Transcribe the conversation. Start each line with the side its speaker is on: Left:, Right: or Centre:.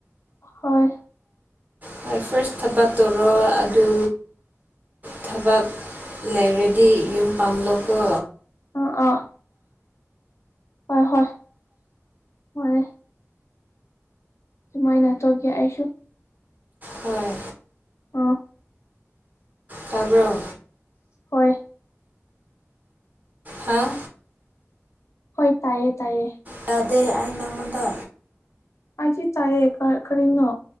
Left: ꯍꯣꯏ
Right: ꯍꯣꯏ ꯐꯥꯔꯁ ꯊꯥꯕꯠ ꯇꯧꯔꯣ ꯑꯗꯨ ꯊꯕꯛ ꯂꯩꯔꯗꯤ ꯌꯨꯝ ꯄꯥꯟꯂꯣꯀꯣ
Left: ꯑ ꯑꯥ ꯍꯣꯏ ꯍꯣꯏ ꯍꯣꯏ ꯃꯥꯏꯅ ꯇꯧ ꯑꯩꯁꯨ
Right: ꯍꯣꯏ
Left: ꯑꯣꯥꯐ
Right: ꯇꯥꯕ꯭ꯔꯣ
Left: ꯍꯣꯏ
Right: ꯍꯥꯥ
Left: ꯍꯣꯏ ꯇꯥꯏꯌꯦ ꯇꯥꯏꯌꯦ
Right: ꯇꯗꯦ ꯑꯩꯅꯉꯣꯟꯗ
Left: ꯍꯥꯏꯗꯤ ꯇꯥꯏꯌꯦ ꯀꯔꯤꯅꯣ